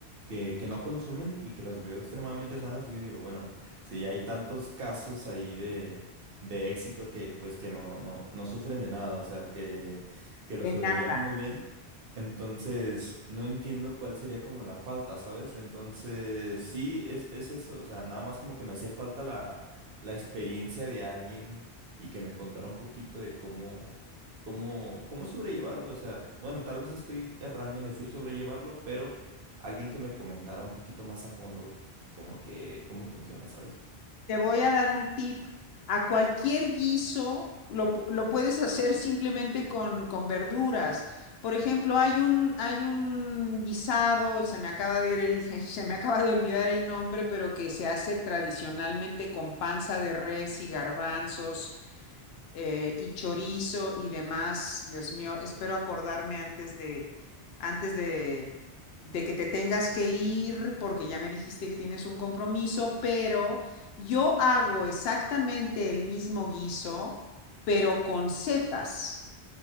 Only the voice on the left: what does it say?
De
nada.
Te voy a dar un tip. A cualquier guiso lo, pu- lo puedes hacer simplemente con, con verduras. Por ejemplo, hay un, hay un guisado, se me acaba de ir el, <laughs> se me acaba de olvidar el nombre, pero que se hace tradicionalmente con panza de res y garbanzos eh, y chorizo y demás. Dios mío, espero acordarme antes de, antes de, de que te tengas que ir, porque ya me dijiste que tienes un compromiso, pero yo hago exactamente el mismo guiso, pero con setas,